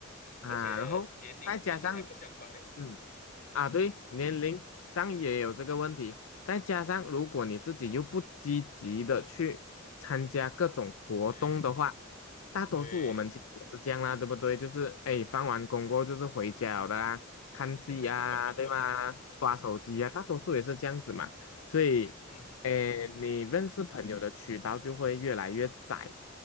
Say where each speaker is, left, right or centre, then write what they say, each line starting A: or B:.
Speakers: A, on the left; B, on the left.
A: 啊。
B: 而且年龄年龄还不相仿嘞。
A: 然后再加上嗯。啊，对，年龄上也有这个问题，再加上如果你自己又不积极的去参加各种活动的话，
B: 对
A: 大多数我们其实也是这样啦，
B: 对，
A: 对不对？就是哎，放完工过后就是回家了的啦，看戏啊，
B: <laughs>
A: 对吗？刷手机啊，大多数也是这样子嘛。所以，
B: 嗯，
A: 哎，你认识朋友的渠道就会越来越窄